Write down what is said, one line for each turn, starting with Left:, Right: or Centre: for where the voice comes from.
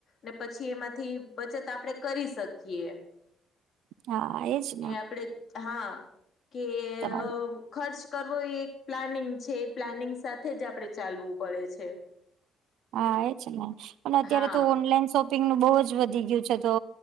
Left: ને પછી એમાંથી બચત આપડે કરી શકીએ.
Right: હા એજ ને
Left: એ આપડે હા કે
Right: તમારું
Left: ખર્ચ કરવો એ એક પ્લાનિંગ છે એ પ્લાનિંગ સાથે જ આપણેે ચાલવું પડે છે
Right: હા એ જ પણ અત્યારે
Left: હા
Right: તો ઓનલાઈન શોપ શોપિંગનું બહુ જ વધી ગયું છે તો